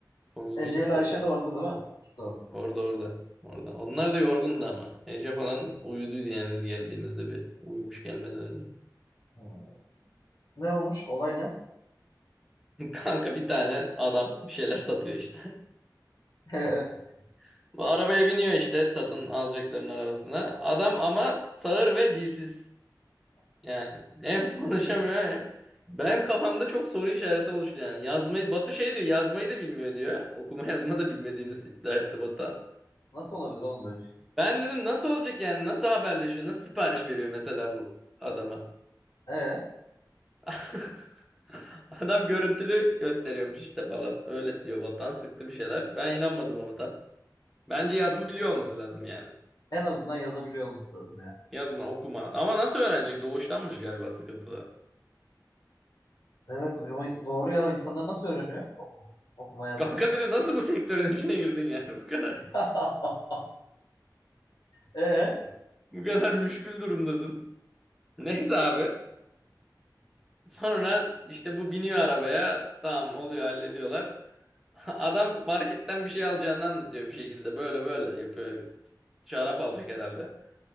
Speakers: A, in the centre; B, on the left.
A: komiğime
B: Ece
A: gitti.
B: ile Ayşe de orada değil mi? İkisi de orada.
A: Orada orada. Orada. Onlar da yorgundu ama. Ece falan uyuduydu yani biz geldiğimizde bir uyumuş gelmeden önce.
B: Hmm. Ne olmuş? Olay ne?
A: <laughs> Kanka bir tane adam bir şeyler satıyor işte.
B: <laughs>
A: <laughs> Bu arabaya biniyor işte satın alacakların arabasına. Adam ama sağır ve dilsiz. Yani hem <laughs> konuşamıyor hem benim kafamda çok soru işareti oluştu yani. Yazmayı Batu şey diyor yazmayı da bilmiyor diyor. Okuma yazma da bilmediğini iddia etti Batuhan.
B: Nasıl olabilir oğlum böyle bir şey?
A: Ben dedim nasıl olacak yani nasıl haberleşiyor nasıl sipariş veriyor mesela bu adama.
B: Ee,
A: <laughs> Adam görüntülü gösteriyormuş işte falan öyle diyor Batuhan sıktı bir şeyler. Ben inanmadım ama tam. Bence yazma biliyor olması lazım yani.
B: en azından yazabiliyor olması lazım ya.
A: Yazma okuma ama nasıl öğrenecek doğuştanmış galiba sıkıntıda.
B: Evet o- doğru ya insanlar nasıl öğreniyor oku- okuma yazmayı?
A: Kanka bir de nasıl bu sektörün içine girdin yani <laughs> bu kadar.
B: <laughs> Ee,
A: Bu kadar müşkül durumdasın. Neyse abi. Sonra işte bu biniyor arabaya. Tamam oluyor hallediyorlar. <laughs> Adam marketten bir şey alacağını anlatıyor bir şekilde. Böyle böyle yapıyor. Şarap alacak herhalde.